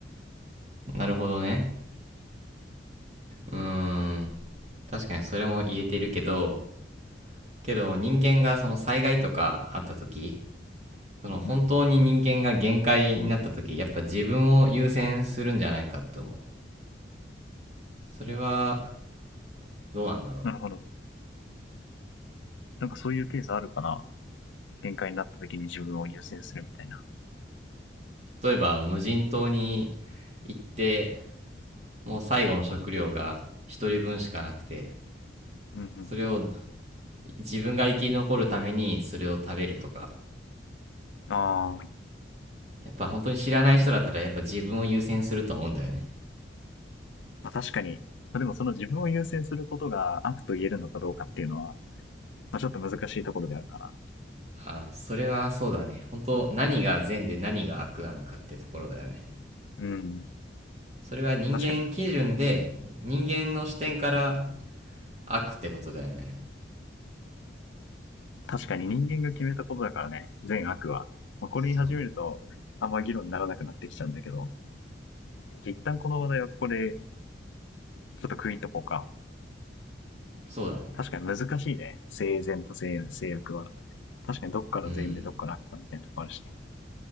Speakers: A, on the right; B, on the left.
A: ななるほどねうーん確かにそれも言えてるけどけど人間がその災害とかあった時その本当に人間が限界になった時やっぱ自分を優先するんじゃないかって思う
B: うん。
A: それはどうなんだろ
B: なるほど。なんかそういうケースあるかな限界になった時に自分を優先するみたいな。
A: う例えば無人島に行ってもう最後の食料が一人分しかなくて
B: うんうん。
A: それを自分が生き残るためにそれを食べるとか
B: あー
A: やっぱ本当に知らない人だったらやっぱ自分を優先すると思うんだよね
B: まあ、確かに。まあでもその自分を優先することが悪と言えるのかどうかっていうのは、まあちょっと難しいところであるか
A: ああそれはそうだね本当何が善で何が悪なのかってところだよね
B: な。うん。
A: それは人間基準で人間の視点から
B: 確かに。
A: 悪ってことだよね
B: 確かに人間が決めたことだからね、善悪は。まあ、これ言い始めると、
A: そう
B: あんま議論にならなくなってきちゃうんだけど、一旦この話題はここでちょっと区切っとこうか。
A: そうだね
B: 確かに難しいね。生前と制約は。確かにどっから善でどっから悪かみたいなとこあるしね。
A: うん